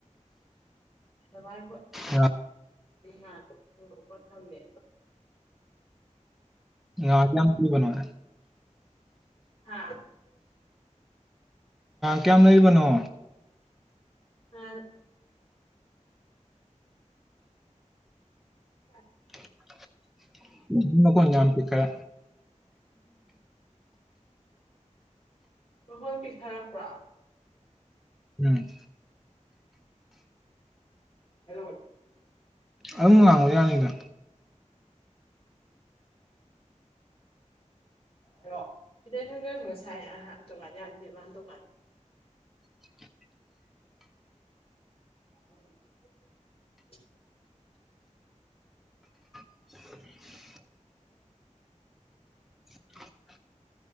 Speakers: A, on the left (about 50°); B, in the centre.
A: ꯗꯕꯥ
B: ꯑ
A: ꯊ ꯀꯊꯃꯦ
B: ꯀ ꯀꯅ
A: ꯍꯥꯥ
B: ꯀꯌꯥꯝ ꯂꯩꯔꯤꯕꯅꯣ
A: ꯑ ꯌꯥ
B: <unintelligible> ꯏꯅ ꯀꯣꯟ ꯥꯟ ꯄꯤꯈ꯭ꯔꯦ
A: ꯄꯍꯣꯟ ꯄꯁꯔ ꯄ
B: ꯎꯝ
A: ꯍꯗ ꯑꯣꯏ
B: ꯑꯗꯨꯝ ꯉꯥꯡꯕ ꯌꯥꯅꯤꯗ
A: ꯍꯂꯣ ꯏꯗ ꯅ ꯀ ꯁꯥꯏꯍ ꯇꯣꯉꯥꯟ ꯌꯥꯗꯦꯕ ꯇꯣꯉꯥꯟ
B: <inaudible>
A: <inaudible>
B: <unintelligible> <inaudible>